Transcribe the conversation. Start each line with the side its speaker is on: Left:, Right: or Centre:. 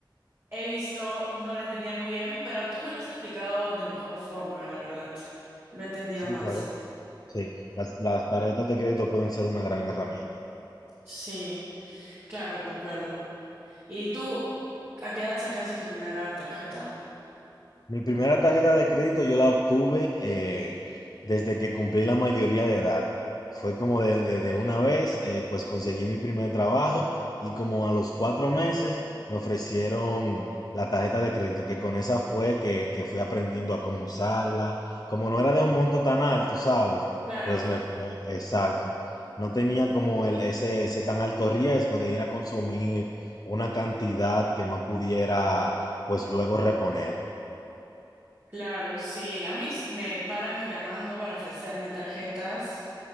Right: he visto no la entendía muy bien, pero tú me lo has explicado de mejor forma, la verdad. Lo he entendido
Left: Sí,
Right: más.
Left: claro. Sí, las, las tarjetas de crédito pueden ser una gran herramienta.
Right: Sí, claro, concuerdo. ¿Y tú, a qué edad sacaste tu primera tarjeta?
Left: Mi primera tarjeta de crédito yo la obtuve eh, desde que cumplí la mayoría de edad. Fue como de, de- de una vez, eh, pues conseguí mi primer trabajo y como a los cuatro meses me ofrecieron la tarjeta de crédito, que con esa fue que, que fui aprendiendo a cómo usarla. Como no era de un monto tan alto, ¿sabes?
Right: Claro,
Left: Pues me, me- exacto. No tenía como el, ese, ese tan alto riesgo de ir a consumir una cantidad que no pudiera, pues luego reponer.
Right: claro, sí. A mí s- me paran llamando para ofrecerme tarjetas,